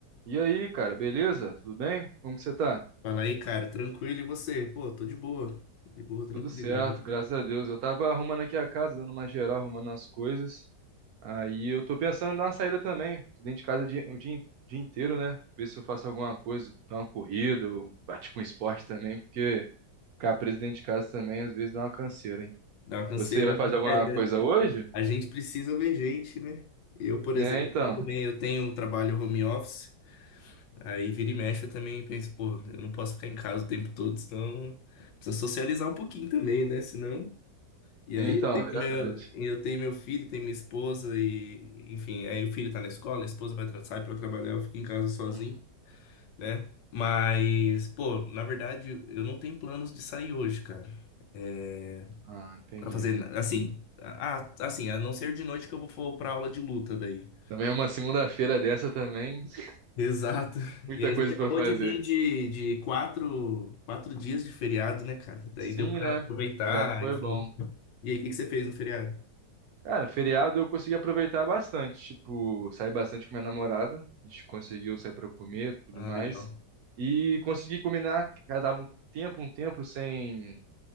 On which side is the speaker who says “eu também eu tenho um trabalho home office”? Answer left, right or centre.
Left